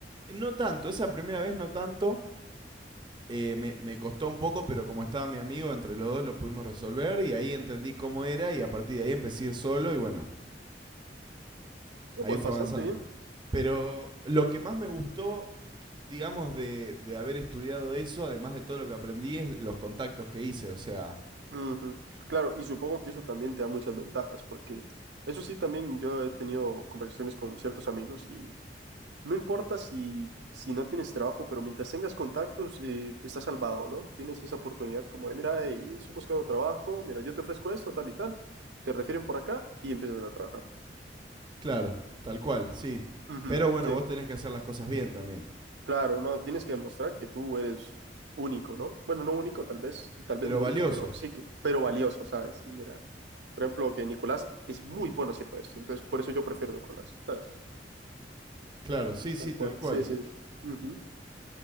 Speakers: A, on the right; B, on the right.
A: No tanto, esa primera vez no tanto. Eh, me, me costó un poco, pero como estaba mi amigo, entre los dos lo pudimos resolver y ahí entendí cómo era y a partir de ahí empecé a ir solo y bueno,
B: No,
A: ahí
B: pues
A: fue
B: bastante
A: avanzando.
B: bien.
A: Pero lo que más me gustó, digamos, de, de haber estudiado eso, además de todo lo que aprendí, es los contactos que hice. O sea,
B: Ujú, Claro, y supongo que eso también te da muchas ventajas, porque eso sí, también yo he tenido conversaciones con ciertos amigos y no importa si, si no tienes trabajo, pero mientras tengas contactos, eh, estás salvado, ¿no? Tienes esa oportunidad como de, mira, eh, estoy buscando trabajo, mira, yo te ofrezco esto, tal y tal, te refieren por acá y empiezas a trabajar.
A: claro, tal cual, sí.
B: Ujú,
A: Pero bueno,
B: Sí,
A: vos tenés que hacer las cosas bien también.
B: Claro, no, tienes que demostrar que tú eres único, ¿no? Bueno, no único, tal vez, tal
A: Pero
B: vez no
A: valioso,
B: único, pero sí que, pero valioso, ¿sabes? Y mira, por ejemplo, que Nicolás es muy bueno haciendo esto, entonces por eso yo prefiero a Nicolás, ¿sabes?
A: claro, sí, sí,
B: Tal
A: tal
B: cual,
A: cual.
B: sí, sí. Ujú.